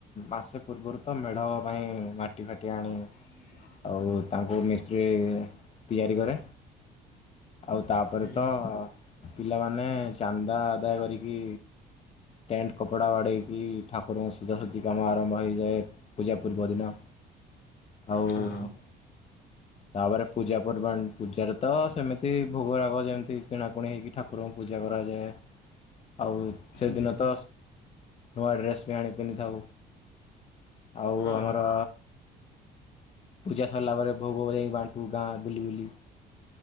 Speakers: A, on the left; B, on the left.
A: ମାସେ ପୂର୍ବରୁ ତ ମେଢ଼ ପାଇଁ ମାଟି ଫାଟି ଆଣୁ।
B: <unintelligible>
A: ଆଉ ତାଙ୍କୁ ମିସ୍ତ୍ରୀ ତିଆରି କରେ, ଆଉ ତାପରେ
B: ହୁଁ
A: ତ ପିଲାମାନେ ଚାନ୍ଦା ଆଦାୟ କରିକି ଟେଣ୍ଟ କପଡ଼ା ବାଡ଼େଇକି, ଠାକୁରଙ୍କ ସଜା ସଜି କାମ ଆରମ୍ଭ ହୋଇଯାଏ। ପୂଜା ପୂର୍ବ ଦିନ ଆଉ
B: ହଁ
A: ତାପରେ ପୂଜା ପର୍ବାଣୀ, ପୂଜାରେ ତ ସେମିତି ଭୋଗରାଗ ଯେମିତି କିଣାକୁଣି ହେଇକି ଠାକୁରଙ୍କୁ ପୂଜା କରାଯାଏ, ଆଉ ସେଦିନ
B: ହୁଁ
A: ତ, ନୂଆ ଡ୍ରେସ୍ ବି ଆଣି ପିନ୍ଧିଥାଉ। ଆଉ
B: ହଁ
A: ଆମର ପୂଜା ସରିଲା ପରେ ଭୋଗ ଯାଇ ବାଣ୍ଟୁ ଗାଁ ବୁଲି, ବୁଲି।